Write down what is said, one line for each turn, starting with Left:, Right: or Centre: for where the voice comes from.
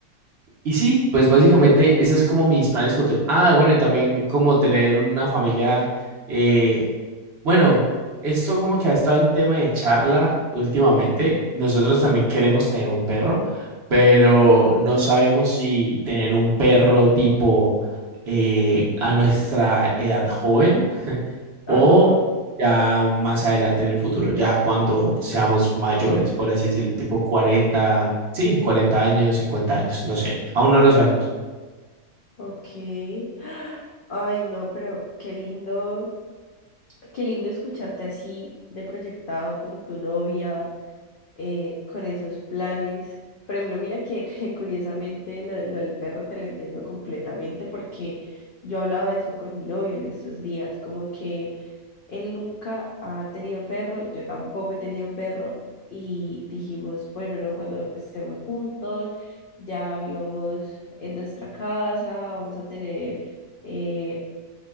Right: y sí, pues básicamente ese es como mis planes futuros. Ah, bueno, y también como tener una familia, eh, bueno, esto como que ha estado en tema de charla últimamente. Nosotros también queremos tener un perro, pero no sabemos si tener un perro tipo eh, a nuestra edad joven
Left: ajá,
Right: o ya más adelante en el futuro, ya cuando seamos mayores, por así decirlo, tipo cuarenta sí, 40 años, 50 años, no sé, aún no lo sabemos.
Left: ok. Ay, no, pero qué lindo, qué lindo escucharte así de proyectado con tu novia eh, con esos planes. Por ejemplo, mira que, <laughs> que curiosamente lo, lo del perro te lo entiendo completamente porque yo hablaba de eso con mi novio en estos días, como que él nunca ha tenido perro, yo tampoco he tenido perro y dijimos, bueno, no, cuando estemos juntos, ya vivamos en nuestra casa, vamos a tener... eh,